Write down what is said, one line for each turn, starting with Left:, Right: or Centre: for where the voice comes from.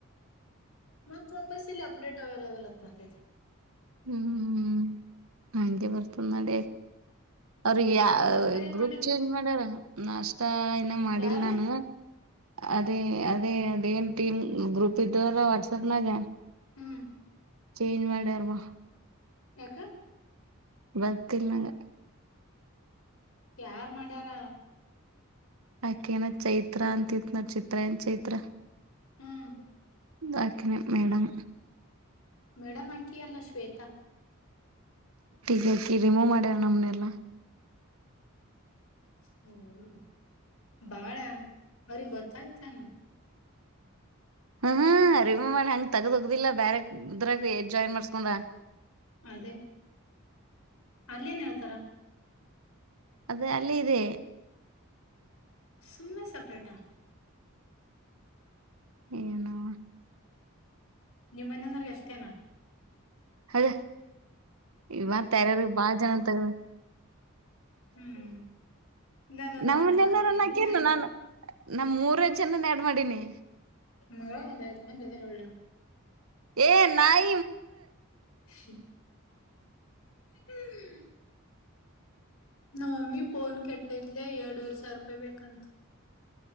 Left: ಮತ್ತತ್ ವಪಸ್ ಇಲ್ಲಿ ಅಪ್ಡೇಟ್ ಅವೈಲಬಲ್ ಆತ್ ಬರ್ತೈತೆ
Right: ಹ್ಮ್ ಅಂಗೆ ಬರತ ನಡ ಅವ್ರಿಗೆ ಯ
Left: ನಾಷ್ಟ ಏನ್
Right: ಗ್ರೂಪ್
Left: ಮಾಡಿದಿ
Right: ಚೇಂಜ್ ಮಾಡ್ಯಾರ ನಾಷ್ಟತಾ ಇನ್ನ ಮಾಡಿಲ್
Left: ಯಾರು
Right: ನಾನು ಅದೇ ಅದೇ ಅದೇ ಏನ್ ಟೀಮ್ ಗ್ರೂಪ್ ಇದ್ದವರ ವಾಟ್ಸಪ್ನಾಗ
Left: ಹ್ಮ್
Right: ಚೇಂಜ್ ಮಾಡ್ಯಾರವಾ
Left: ಯಕ
Right: ಬತ್ತರ್ ನಾಗ
Left: ಯಾರ್ ಮಾಡ್ಯಾರ
Right: ಅಾಕ ನ ಚೈತ್ರ ಅಂತಿತ್ ನೋ ಚಿತ್ರ ಏನ್ ಚೈತ್ರ
Left: ಹ್ಮ್
Right: ಆಾಕನ ಮೇಡಮ
Left: ಮೇಡಮ್ ಅಕ್ಕಿ ಎಲ್ಲ ಶ್ವೇತಾ
Right: ಗ ಆಕಿ ರಿಮೂವ್ ಮಾಡ್ಯಾರ ನಮ್ನೆಲ್ಲಾ
Left: ಹ್ಮ ಬಾಳ ಅವ್ರ ಗೊತ್ತಾಯ್ತಾನ
Right: ಹ್ಮ್ ಹ್ಮ ರಿಮೂವ್ ಮಾಡಿ ಹಂಗ್ ತಗ್ದ್ಗ್ದಿಲ್ಲ ಬ್ಯರೆ ಇದ್ರಾಗ ಜಾಯ್ನ್ ಮಾಡಸ್ಕೊಂಡ
Left: ಅದೇ ಅಲ್ಲೇನ್ ಹೇಳ್ತಾರ
Right: ಅದ ಅಲ್ಲಿ ಇದೆ
Left: ಸುಮ್ಮೆ ಸಪ್ರಟ
Right: ಏನ
Left: ನಿಮ್ಮ ಮನೆಯನ್ರ ಎಷ್ಟೇನಾ
Right: ಅದ ಇವತ್ಾರಾರ ಬಾಳ ಜನ ಅಂತಾರ
Left: ಹ್ಮ್ ನಾನು ಅದನ್ನ
Right: ನಮ್ಮನ್ನೆಲ್ಲರನ್ನಾಕೇನು
Left: ಇದನೇ ಆಗಿಲ್ಲ
Right: ನಾನು ನಮ್ ಮೂರ್ ಜನ ನಡ್ ಮಾಡೀಿನಿ
Left: ಮ ಒಂದ್ ಐವತ್ ಮಂದಿ ಇದಾರೆ ಒಳ್ಳೆ
Right: ಎ ನಾಯ
Left: ಹ <inaudible> ಹ ನಮ್ಮಮ್ಮಿ ಪಫೋನ್ ಕೆಟ್ಟಿದ್ಲೆ ಎರಡ್ೂರ್ ಸಾವಿರ ರೂಪಾಯಿ ಬೇಕಂತ